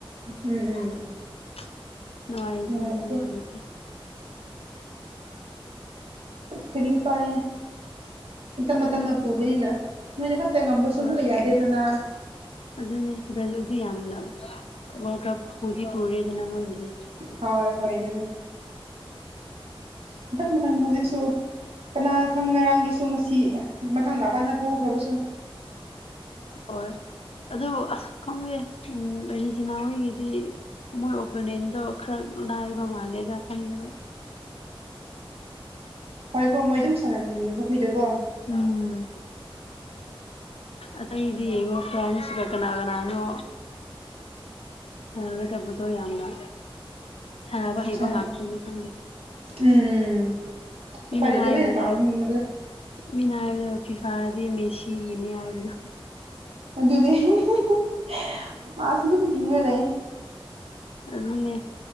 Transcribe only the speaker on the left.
<unintelligible> ꯅꯨꯡꯉꯥꯏꯇꯦ
ꯅꯨꯡꯉꯥꯏꯇꯦ
ꯑ
ꯍꯣꯏ
ꯑꯗꯨꯅꯦ ꯕ꯭ꯔꯥꯖꯤꯜꯗꯤ ꯌꯥꯝꯅ ꯋꯥꯔꯜ ꯀꯞ ꯄꯨꯗꯤ ꯄꯨꯔꯦꯗꯅ ꯃꯣꯏꯅꯗꯤ
ꯍꯣꯏ ꯑꯗꯨꯕꯨ ꯑꯁ ꯈꯪꯗꯦ ꯎꯝ ꯑꯥꯔꯖꯦꯟꯇꯤꯅꯥ ꯍꯣꯏꯒꯤꯗꯤ ꯃꯣꯏ ꯑꯣꯄꯣꯅꯤꯟꯗꯣ ꯈꯔ ꯂꯥꯏꯕ ꯃꯥꯜꯂꯦꯗ ꯈꯟꯕꯗ
ꯎꯝ ꯑꯇꯩꯗꯤ ꯌꯦꯡꯉꯣ ꯐ꯭ꯔꯥꯟꯁꯀ ꯀꯅꯥ ꯀꯅꯥꯅꯣ ꯐꯒꯗꯕꯗꯣ ꯌꯥꯝꯅ ꯁꯥꯟꯅꯕ
ꯍꯩꯕ ꯉꯥꯛꯇꯅꯦ ꯈꯪꯗꯦ
ꯃꯤꯅ
ꯍꯥꯏꯕꯗ
ꯃꯤꯅ ꯍꯥꯏꯕꯗꯣ ꯐꯤꯐꯥꯗꯤ ꯃꯦꯁꯤꯒꯤꯅꯦ ꯍꯥꯏꯕꯗꯣ
ꯑꯗꯨꯅꯦ